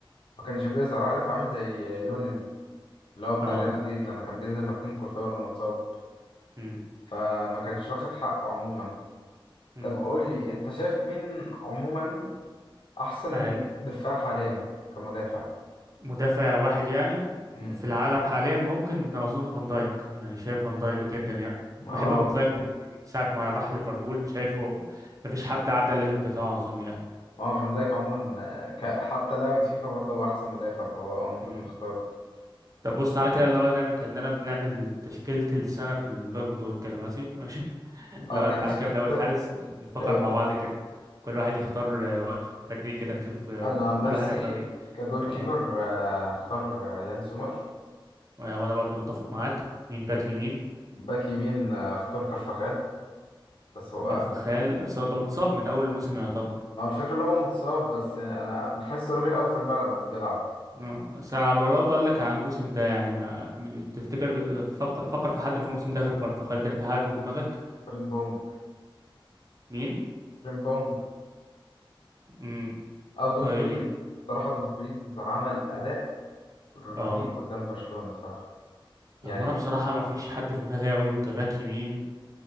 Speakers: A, on the left; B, on the right.
A: ما كانش بيظهر عارف عامل زي لونز اللي هو بتاع
B: اه
A: ريال مدريد لما كان بينزل مكان كورتوا لما اتصاب
B: مم.
A: فما كانش واخد حقه عموما
B: مم.
A: طب قول لي انت شايف مين عموما احسن
B: اي
A: دفاع حاليا كمدافع
B: مدافع واحد يعني
A: امم
B: في العالم حاليا ممكن اظن فان دايك يعني شايف فان دايك جدا يعني
A: اه
B: بحب فان دايك من من ساعة ما راح ليفربول شايفه مفيش حد عدى الليفل بتاعه اظن
A: اه فان دايك عموما آه، ك... حتى لعبة فيفا برضه هو احسن مدافع فهو آه، ممكن
B: يعني
A: نختاره
B: طب بص تعالى كده اللي هو نعمل كأننا بنعمل تشكيلة السنة في البالون دور كده ماشي ماشي <laughs>
A: اه
B: لا
A: كتشكيلة
B: تعالى كده من أول حارس نفكر
A: آه،
B: مع بعض كده كل واحد يختار آه، فريق كده نشوف آه،
A: انا عن نفسي
B: كل واحد هيختار ايه
A: كجول
B: اه
A: كيبر آه، هختار آه، يان سومر
B: وأنا برضو متفق معاك مين باك يمين
A: باك يمين آه، هختار كارفاخال بس هو
B: كارفاخال بس هو ده متصاب من أول الموسم يعتبر
A: ما هو الفكرة اللي هو متصاب بس يعني أنا بحس راجل أوي في الملعب لما بيلعب
B: آه، بس أنا برضه بقول لك على الموسم ده يعني ما- م- تفتكر فكر, فكر في حد في الموسم ده غير كارفاخال كده في حد في دماغك
A: فريمبونج
B: مين؟
A: فريمبونج
B: مم.
A: او دومفريز
B: طيب
A: بصراحه دومفريز عمل اداء رهيب
B: اه
A: قدام برشلونه بصراحه يعني
B: هو انا بصراحه ما فيش حد في دماغي قوي كباك يمين